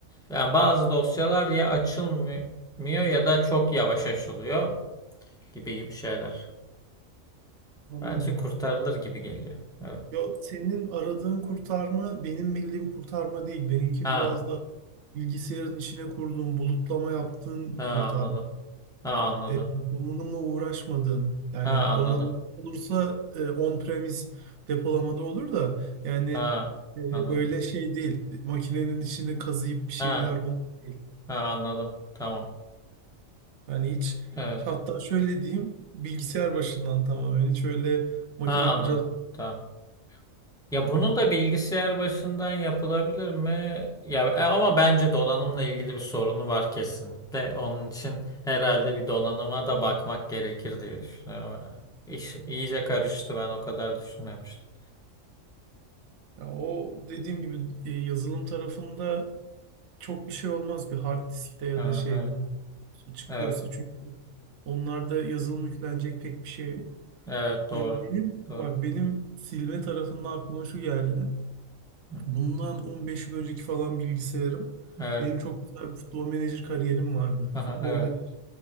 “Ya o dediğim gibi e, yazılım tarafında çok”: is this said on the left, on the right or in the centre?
Right